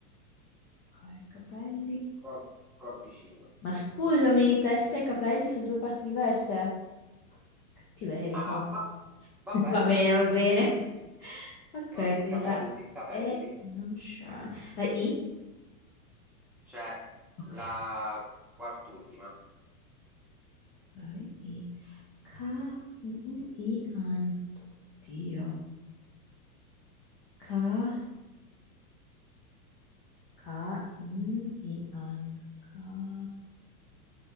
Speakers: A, on the left; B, in the centre.
A: Ok, capelli.
B: Cor- corpicino.
A: Ma scusami, testa e capelli sono due parti diverse. Cattiveria qua.
B: Ah, va,
A: <laughs>
B: va bene,
A: Va bene,
B: va
A: va
B: bene.
A: bene.
B: va bene.
A: Ok,
B: Ok,
A: quindi
B: capelli,
A: la
B: capelli.
A: E non c'è. La I?
B: C'è
A: Ok,
B: la quart'ultima.
A: ok, I. K, mm, mm, I, an. Oddio. K, K, mm, I, an. K. Non